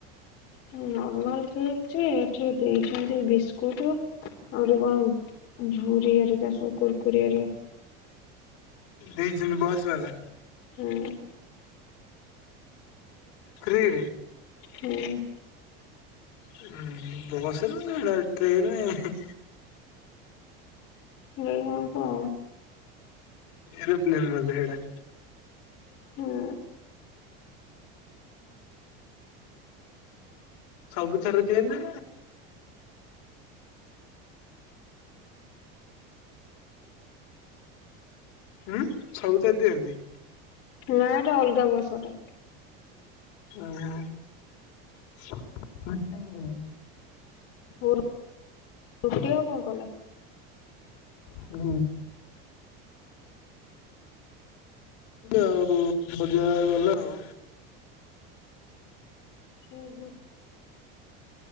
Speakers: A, on the left; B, on the left.
A: <unintelligible> ଭଲ କେକ ଯେ ଏଠି ଦେଇଛନ୍ତି ବିସ୍କୁଟ ଆହୁରି କଣ ଝୁୁର ଆରିକା ସବୁ କୁୁରକୁରିଆ ର।
B: ଦେଇଛନ୍ତି ବସ୍ ବାଲା?
A: ହଁ।
B: ଫ୍ରୀ ରେ।
A: ହୁଁ।
B: ହଁ ବସରେ ନା ଟ୍ରେନ୍ ରେ।
A: <unintelligible>
B: ଏରୋପ୍ଲେନ୍ ବୋଧେ ସେଟା।
A: ହୁଁ
B: ସବୁ ଥର ଦିଏ ନା? ହୁଁ ସବୁଥରେ ଦିଅନ୍ତି?
A: ନା ଏଟା ଅଲଗା ବସ୍ ଟା।
B: ଓହୋ। <unintelligible>
A: ରୁ ରୁଟି ଆଉ କଣ କଲା?
B: ହଁ। ଆଉ ଭଜା କଲା ଆଉ।
A: ଓୁଁ ହୁଁ।